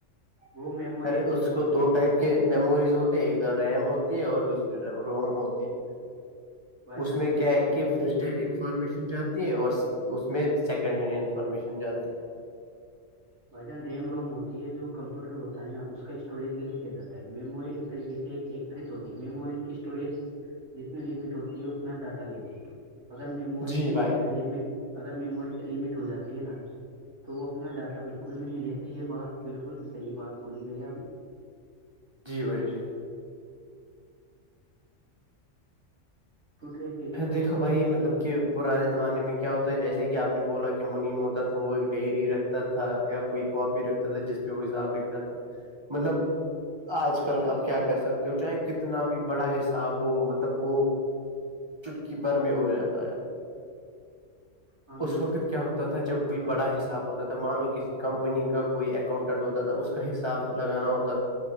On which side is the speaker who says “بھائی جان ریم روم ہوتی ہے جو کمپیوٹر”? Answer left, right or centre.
Right